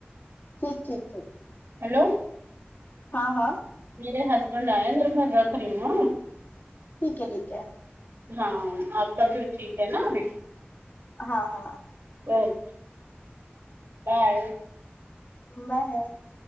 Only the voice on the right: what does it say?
ہیلو
میرے ہسبینڈ آئے ہیں میرے میں رکھ رہی ہاں
ہاں آپ کا بھی ٹھیک ہے نا ابھی
اوکے بائے